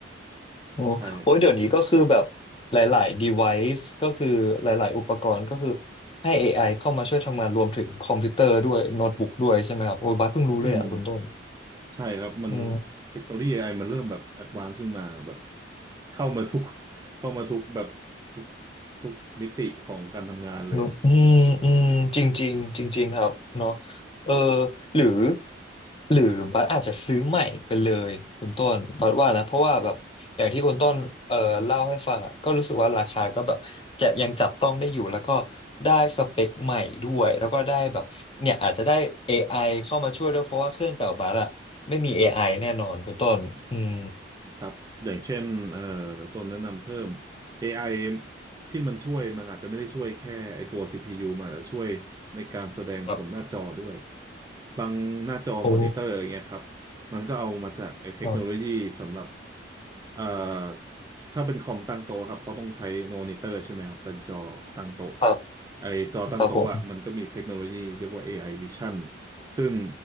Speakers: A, on the left; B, on the right.
A: โอ้โอ้ยเดี๋ยวนี้ก็คือแบบหลายๆ
B: ใช่
A: device ก็คือหลายๆอุปกรณ์ก็คือให้ AI เข้ามาช่วยทำงานรวมถึงคอมพิวเตอร์ด้วยโน้ตบุ๊กด้วยใช่ไหมครับโอ้ยบาสเพิ่งรู้เลยอ่ะคุณต้น
B: อืม ใช่ครับมัน
A: อ๋อ
B: เทคโนโลยี AI มันเริ่มแบบแอดวานซ์ขึ้นมาแบบเข้ามาทุกเข้ามาทุกแบบทุกทุกมิติของการทำงานเลย
A: นุกอืมอืมจริงจริงจริงจริงๆครับเนาะเออหรือหรือบัสอาจจะซื้อใหม่ไปเลย คุณต้นบัสว่านะเพราะว่าแบบอย่างที่คุณต้นเออเล่าให้ฟังอ่ะก็รู้สึกว่าราคาก็แบบจะยังจับต้องได้อยู่แล้วก็ได้สเปคใหม่ด้วย แล้วก็ได้แบบเนี่ยอาจจะได้ AI เข้ามาช่วยด้วย เพราะว่าเครื่องเก่าบัสอ่ะไม่มี AI
B: ครับ
A: แน่นอนคุณต้นอืม
B: ครับอย่างเช่นเอ่อตัวแนะนำเพิ่ม AI ที่มันช่วยมันอาจจะไม่ได้ช่วยแค่ไอตัว CPU มันอาจจะช่วยในการแสดงผลหน้าจอด้วย
A: ครับ
B: บางหน้าจอมอนิเตอร์อย่างเงี้ยครับ
A: โอ้
B: มันก็เอามาจากไอเทคโนโลยีสำหรับ
A: ครับ
B: เอ่อถ้าเป็นคอมตั้งโต๊ะครับเขาต้องใช้มอนิเตอร์ใช่ไหมครับเป็นจอตั้งโต๊ะ
A: ครับ
B: ไอจอตั้งโต๊ะอ่ะมันก็มีเทคโนโลยีเรียกว่า
A: ครับผม
B: AI Vision ซึ่ง